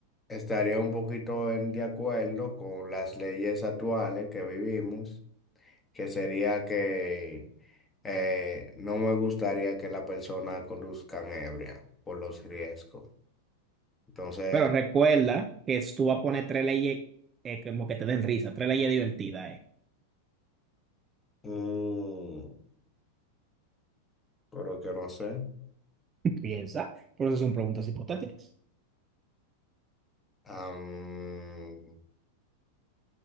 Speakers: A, on the left (about 15°); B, on the right (about 20°).
A: estaría un poquito en de acuerdo con las leyes actuales que vivimos, que sería que eh, no me gustaría que la persona conduzcan ebria por los riesgos. Entonces,
B: Pero recuerda que tú vas a poner tres leyes eh, como que te den risa, tres leyes divertidas. eh.
A: mm, pero que no sé.
B: Piensa, por eso son preguntas hipotéticas.
A: am,